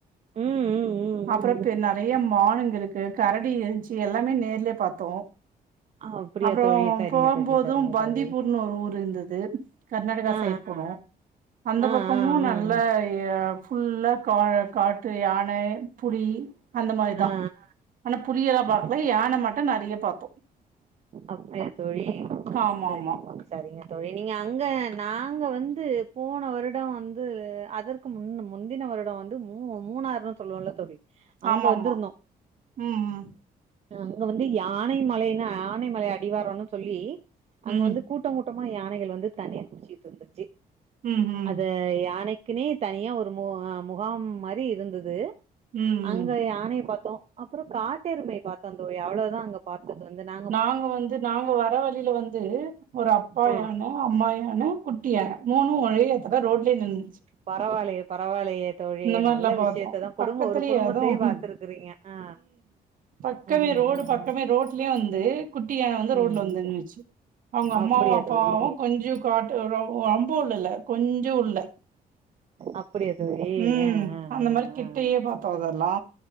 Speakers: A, on the right; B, on the right.
A: ம் ம் ம்
B: அப்றோ
A: ம் ம்
B: நெறய
A: ம்
B: மானுங்க இருக்கு கரடி இருந்சு எல்லாமே நேர்லே பாத்தோ
A: அப்படியா
B: அப்றோ
A: தோழி சரிங்க
B: போம்போதோ
A: தோழி சரிங்க
B: பந்திப்பூர்னு
A: தோழி
B: ஒரு ஊர் இர்துது கர்நாடகா
A: ஆ
B: சைட் போனோ அந்த
A: ஆ ஆ ஆ
B: பக்கமோ
A: ஆ ம்
B: நல்லா ஃபுல்லா கா காட்டு யான புலி அந்த மாரிதா
A: ம் ஆ
B: ஆனா புலியலா பாக்கல
A: ஆ
B: யான மட்டு நெறய பாத்தோ
A: அப்டியா தோழி
B: ஆமா
A: செரிங்க
B: ஆமா
A: செரிங்க தோழி நீங்க அங்க நாங்க வந்து போன வருடோ வந்து அதற்கு கு முன்ன முந்தின வருடோ வந்து மூ மூணாறு சொல்லுவோலா தோலி அங்க
B: ஆமா
A: வந்ருந்தோ
B: ஆமா ம் ம்
A: அங்க வந்து யானை மலைன்னா யானை மலை அடிவாரோன்னு சொல்லி
B: ம்
A: அங்க வந்து கூட்டோ கூட்டமா யானைகள் வந்து தண்ணீர் குடிச்சிட்டு இருந்துச்சு
B: ம்
A: அது யானைக்குனே தனியா ஒரு மு முகாம் மாரி இருந்தது
B: ம் ம்
A: அங்க யானய பாத்தோ அப்றோ காட்டெருமை பாத்தோ தோழி அவ்ளோதா அங்க பாத்தது வந்து நா
B: நாங்க வந்து நாங்க வர வலில வந்து ஒரு அப்பா
A: ஆ
B: யான அம்மா யான குட்டி யான மூணோ ஒரே எத்துல ரோட்லியே நின்னுன்சு
A: பரவாலெயே பரவாலயே தோழி
B: மாரிலாம்
A: நல்ல
B: பாத்தோம்
A: விஷ்யத்த தா கொடும்ப
B: பக்கத்துலயே
A: ஒரு கொடும்பத்தேயே
B: அதுவும்
A: பாத்துருக்றீங்க ஆ
B: பக்கவே
A: ம்
B: ரோடு
A: ம்
B: பக்கமே
A: ம்
B: ரோட் லெ வந்து குட்டி யான வந்து ரோட்ல
A: ம்
B: வந்துந்ச்சி
A: ம்
B: அவுங்க அம்மாவும்
A: அப்படியா
B: அப்பாவு
A: தோழி
B: கொஞ்ஜோ காட்டு ரொம் ரொம்ப உள்ளல்ல கொஞ்ஜோ உள்ள
A: அப்படியா தோழி
B: ம்
A: ஆ ஆ ஆ ஆ
B: அந்த மாரி கிட்டயே பாத்தோ அதெல்லா